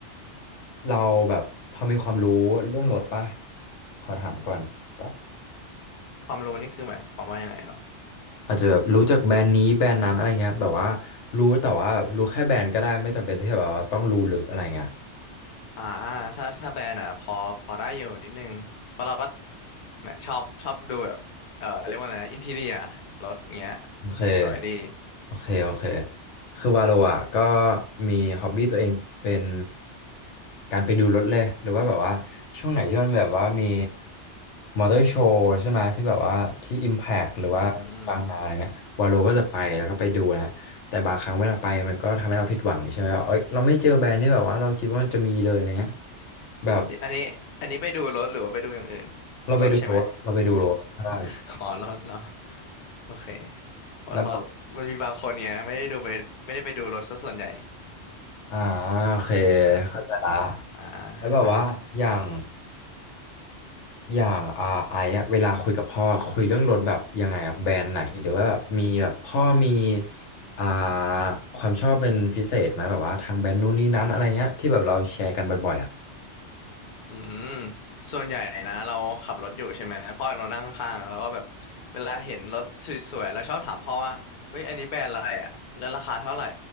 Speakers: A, on the left; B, on the left.
A: เราแบบพอมีความรู้เรื่องรถป่ะขอถามก่อนตบบ
B: ความรู้นี่คือหมายความว่ายังไงเหรอ
A: อาจจะแบบรู้จักแบรนด์นี้แบรนด์นั้นอะไรเงี้ยแบบว่ารู้แต่ว่ารู้แค่แบรนด์ก็ได้ไม่จำเป็นที่แบบว่าต้องรู้ลึกอะไรเงี้ย
B: อ่าถ้าถ้าแบรนด์อ่ะพอพอได้อยู่นิดนึงเพราะเราก็แหมชอบชอบดูแบบเออเรียกว่าไงอินทีเรียรถเงี้ย
A: โอเค
B: สวยดี
A: โอเคโอเค คือว่าเราอะก็มีฮ็อบบี้ตัวเองเป็นการไปดูรถเลย หรือว่าแบบว่าช่วงไหนที่มันแบบว่ามีมอเตอร์โชว์ใช่ไหมที่แบบว่าที่ Impact หรือว่าที่บางนาอะไรเงี้ยวาโลก็จะไปแล้วก็ไปดูนะแต่บางครั้งเวลาไปมันก็ทำให้เราผิดหวังใช่ไหมว่าเอ้ยเราไม่เจอแบรนด์ที่แบบว่าเราคิดว่ามันจะมีเลยอะไรเงี้ย
B: อืม
A: แบบ
B: อันนี้อันนี้ไปดูรถหรือว่าไปดูอย่างอื่น
A: เราไปดูรถเราไปดูรถใช่
B: รถใช่ไหม <laughs> ขอรถเนาะโอเครถฮอตมันมีบางคนเนี่ยไม่ได้ดูไปไม่ได้ไปดูรถซะส่วนใหญ่
A: แล้วแบบอ่าโอเคเข้าใจละ
B: อ่า
A: แล้วแบบว่าอย่าง
B: อ่าฮะ
A: อย่างอ่าไอ้อะเวลาคุยกับพ่อคุยเรื่องรถแบบยังไงอะแบรนด์ไหนหรือว่าแบบมีแบบพ่อมีอ่าความชอบเป็นพิเศษไหมแบบว่าทางแบรนด์นู้นนี้นั้นอะไรเงี้ยที่แบบเราแชร์กันบ่อยๆอ่ะ
B: อืมส่วนใหญ่นะเราขับรถอยู่ใช่ไหมพ่อเรานั่งข้างแล้วก็แบบเวลาเห็นรถสวยๆเราชอบถามพ่อว่าเฮ้ยอันนี้แบรนด์อะไรอ่ะแล้วราคาเท่าไหร่